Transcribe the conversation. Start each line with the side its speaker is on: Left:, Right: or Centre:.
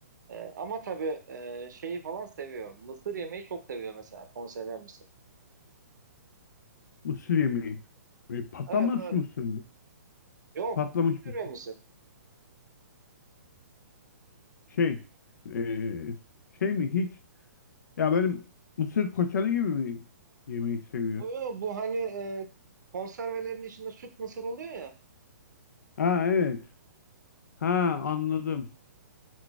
Right: E, ama tabii e, şeyi falan seviyor. Mısır yemeyi çok seviyor mesela konserve mısır.
Left: Mısır yemeği. E, patlamış
Right: Evet evet.
Left: mısır mı?
Right: Yok
Left: Patlamış
Right: konserve
Left: mısır.
Right: mısır.
Left: Şey, e, şey mi hiç? Ya benim mısır koçanı gibi mi yemeği seviyor.
Right: Yok yok bu hani e, konservelerin içinde süt mısır oluyor ya.
Left: Ha evet. Ha anladım.